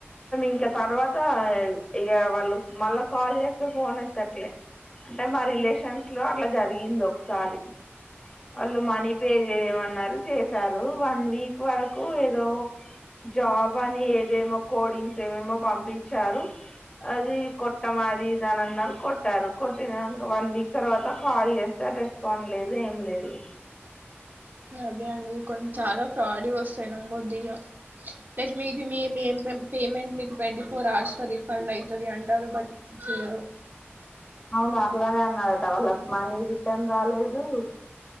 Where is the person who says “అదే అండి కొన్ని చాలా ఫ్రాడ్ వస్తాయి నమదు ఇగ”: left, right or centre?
Right